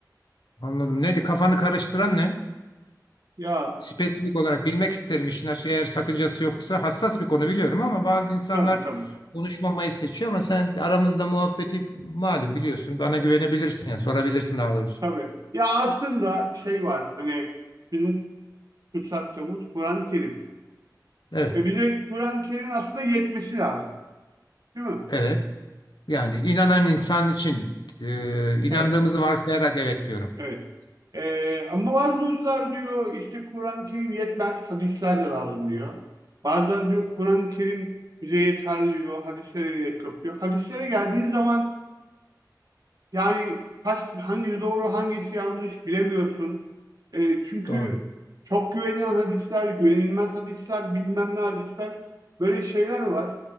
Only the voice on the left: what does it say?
anladım. Neydi? Kafanı karıştıran ne?
Spesifik olarak bilmek isterim işin açığı. Eğer sakıncası yoksa hassas bir konu biliyorum ama bazı insanlar
konuşmamayı seçiyor ama sen aramızda muhabbeti malum biliyorsun. Bana güvenebilirsin ya sorabilirsin daha doğrusu.
Evet.
Evet. Yani inanan insan için e, inandığımızı
varsayarak evet diyorum.
Doğru.